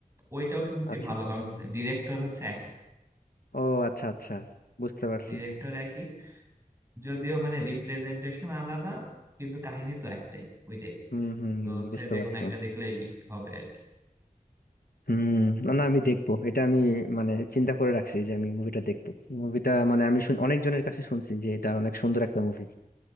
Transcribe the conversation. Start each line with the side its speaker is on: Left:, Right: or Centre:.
Right: ওইটাও শুনছি
Left: আচ্ছা
Right: ভালো কারণ ডিরেক্টর হচ্ছে একই
Left: ও আচ্ছা আচ্ছা বুঝতে পারছি
Right: ডিরেক্টর একই যদিও মানে রিপ্রেজেন্টেশন আলাদা কিন্তু কাহিনী তো একটাই ওইটাই
Left: হুম হুম
Right: তো
Left: হুম,
Right: হচ্ছে
Left: বুঝতে
Right: যে
Left: পারছি
Right: কোনো একটা দেখলেই হবে আর কি
Left: হুম না না, আমি দেখবো এটা আমি মানে চিন্তা করে রাখছি যে আমি মুভিটা দেখবো মুভিটা মানে আমি শুন- অনেকজনের কাছে শুনছি যে এটা অনেক সুন্দর একটা মুভি